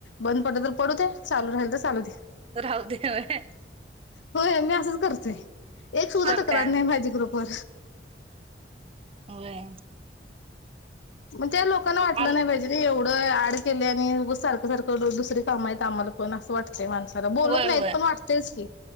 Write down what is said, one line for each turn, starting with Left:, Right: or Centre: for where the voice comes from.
Left: बंद पडलं, तर पडू दे, चालू राहिलं तर. चालू दे.
Right: राहु दे. व्हय.
Left: होय मी असंच करतोय, एक सुुद्धा
Right: तर
Left: तक्रार
Right: काय
Left: नाही माझी ग्रुप बर.
Right: होय.
Left: त्या लोकांना वाटलं
Right: आल
Left: नाही पाहिजे न एवढं ऍड केले आणि उगाच सारखं- सारखं रोज दुसरे काम आहेत आम्हाला पण, असं वाटत ते माणसाला बोलत
Right: होय
Left: नाहीत,
Right: होय
Left: पण वाटतेच की.